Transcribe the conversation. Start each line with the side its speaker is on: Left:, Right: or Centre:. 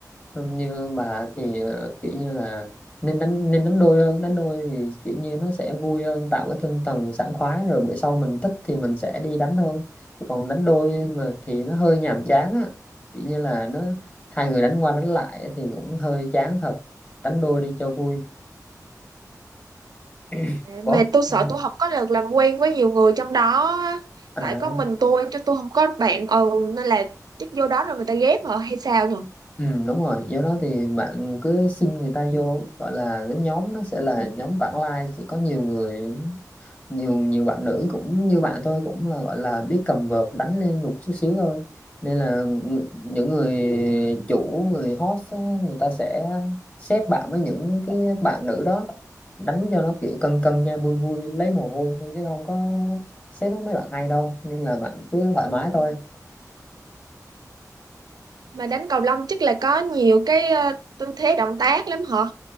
Left: Không như bà thì ờ, kiểu như là nên đánh nên đánh đôi hơn đánh đôi thì kiểu như nó sẽ vui hơn tạo cái tinh thần sảng khoái rồi bữa sau mình thích thì mình sẽ đi đánh hơn còn đánh đôi mà thì nó hơi nhàm chán á kiểu như là nó hai người đánh qua đánh lại thì cũng hơi chán thật đánh đôi đi cho vui <clears throat> Ủa?
Right: mà tôi sợ
Left: Vâng.
Right: tôi không có được làm quen với nhiều người trong đó á.
Left: À,
Right: tại có mình tôi chứ tôi không có bạn ừ nên là chắc vô đó rồi người ta ghép hả hay sao nhỉ
Left: ừ, đúng rồi. Do đó thì bạn cứ xin người ta vô gọi là cái nhóm nó sẽ là nhóm vãng lai sẽ có nhiều người nhiều nhiều bạn nữ cũng như bạn tôi cũng là gọi là biết cầm vợt đánh lên nhục chút xíu thôi nên là ng- những người chủ người host á, người ta sẽ xếp bạn với những cái bạn nữ đó đánh cho nó kiểu cân cân cho vui vui lấy mồ hôi thôi chứ không có xếp với mấy bạn hay đâu nên là bạn cứ thoải mái
Right: Ừ.
Left: thôi
Right: mà đánh cầu lông chắc là có nhiều cái ờ, tư thế động tác lắm hả